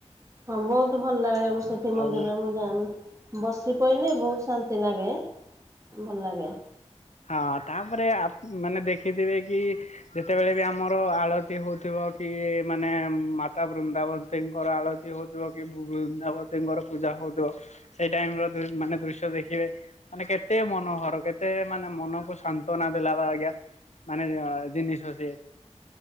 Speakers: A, on the right; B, on the left.
A: ହଁ ବହୁତ ଭଲ ଲାଗେ। ସେଠି ମନ୍ଦିରରେ
B: ଆଉ
A: ମୁଁ ଯାଏନି। <unintelligible> ବୋହୁତ ଶାନ୍ତି ଲାଗେ ଭଲ ଲାଗେ।
B: ହଁ ତାପରେ ଆପ ମାନେ ଦେଖିଥିବେ କି ଯେତେବେଳେ ବି ଆମର ଆଳତି ହୋଉଥିବ କି ମାନେ ମାତା ବୃନ୍ଦାବତୀଙ୍କର ଆଳତି ହୋଉଥିବ କି ବୃନ୍ଦାବତୀଙ୍କର ପୂଜା ହୋଉଥିବ ସେଇ ଟାଇମର ମାନେ ଦୃଶ୍ୟ ଦେଖିବେ ମାନେ କେତେ ମନୋହର କେତେ ମାନେ ମନକୁ ସାନ୍ତନା ଦେଲା ବାଗିଆ ମାନେ ଜିନିଷ ସିଏ